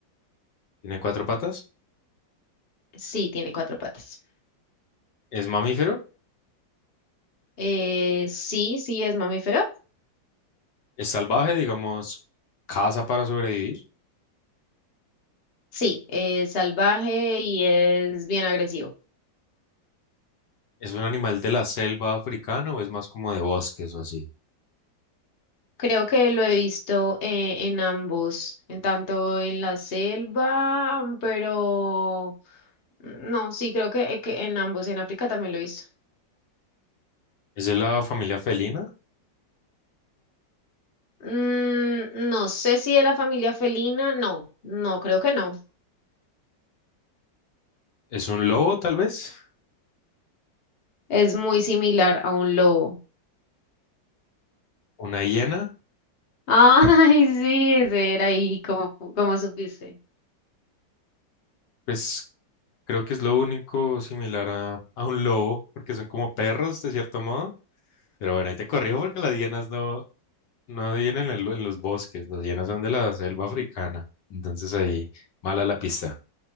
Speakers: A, on the left; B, on the left.
A: ¿Tiene cuatro patas?
B: Sí, tiene cuatro patas.
A: ¿Es mamífero?
B: Eh, sí, sí, es mamífero.
A: ¿Es salvaje, digamos, caza para sobrevivir?
B: Sí, es salvaje y es bien agresivo.
A: ¿Es un animal de la selva africana o es más como de bosques o así?
B: Creo que lo he visto eh, en ambos, en tanto en la selva, pero no, sí, creo que, que en ambos, en África también lo he visto.
A: ¿Es de la familia felina?
B: Mm, no sé si de la familia felina, no, no, creo que no.
A: ¿Es un lobo, tal vez?
B: Es muy similar a un lobo.
A: ¿Una hiena?
B: <laughs> Ay, sí, ese era ahí, como, como supiste.
A: Pues creo que es lo único similar a, a un lobo, porque son como perros, de cierto modo. Pero bueno, ahí te corrijo porque las hienas no, no vienen en, lo- en los bosques, las hienas son de la selva africana. Entonces ahí, mala la pista.